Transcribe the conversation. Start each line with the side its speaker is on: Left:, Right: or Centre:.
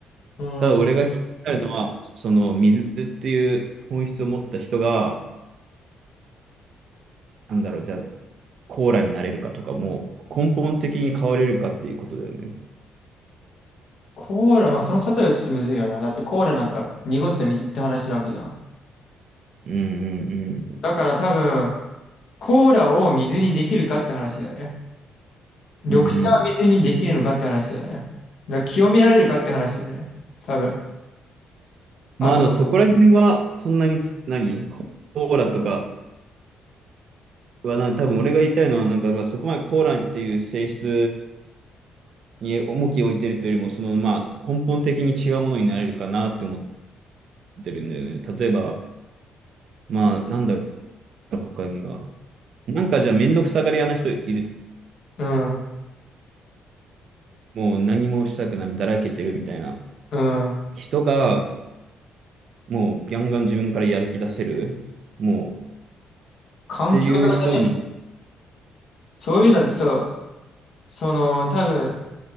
Left: うん。
Right: ただ俺が気になるのは、その水っていう本質を持った人が、なんだろう、じゃあコーラになれるかとかも、根本的に変われるかっていうことだよね。
Left: コーラ、まあその例えはちょっとむずいよな。だってコーラなんか濁った水って話なわけじゃん。
Right: うんうんう
Left: だから多分、コーラを水にできるかって話だよね。緑茶を水にできるのかって話だよね。
Right: ん。うんうん。
Left: だから清められるかって話だよね。多分。あと、
Right: まあ、あの、そこら辺は、そんなにつ、何ココーラとかはな、多分俺が言いたいのは、なんか、まあ、そこまでコーラっていう性質に重きを置いてるというよりも、その、まあ、根本的に違うものになれるかなって思ってってるんだよね。例えば、まあ、なんだろう、他には。なんかじゃあ、めんどくさがり屋な人いる。
Left: うん、
Right: もう何もしたくない、だらけてるみたいな。
Left: うん。
Right: 人が、もう、ガンガン自分からやる気出せる。もう、っ
Left: 環境とかじゃね
Right: ていう人に、
Left: そういうのってさ、その、多分、